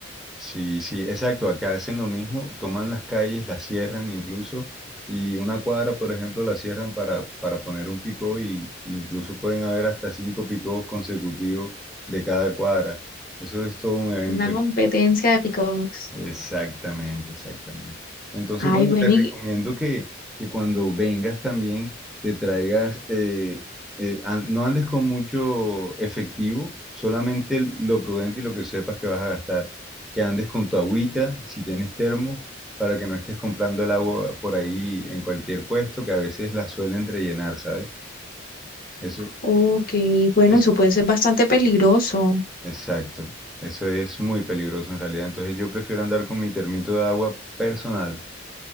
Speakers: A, in the centre; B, on the left.
A: Sí, sí, exacto. Acá hacen lo mismo, toman las calles, las cierran incluso, y una cuadra, por ejemplo, la cierran para, para poner un picó y y incluso pueden haber hasta cinco picos consecutivos de cada cuadra. Eso es todo un evento.
B: Una competencia de picos.
A: Exactamente, exactamente. Entonces,
B: Ay,
A: bueno,
B: bueno,
A: te recomiendo
B: y
A: que, que cuando vengas también te traigas, eh, eh, an- no andes con mucho efectivo, solamente lo prudente y lo que sepas que vas a gastar. Que andes con tu agüita, si tienes termo, para que no estés comprando el agua por ahí en cualquier puesto, que a veces la suelen rellenar, ¿sabes? Eso
B: Ok, bueno,
A: es,
B: eso puede ser bastante peligroso.
A: exacto. Eso es muy peligroso en realidad. Entonces yo prefiero andar con mi termito de agua personal.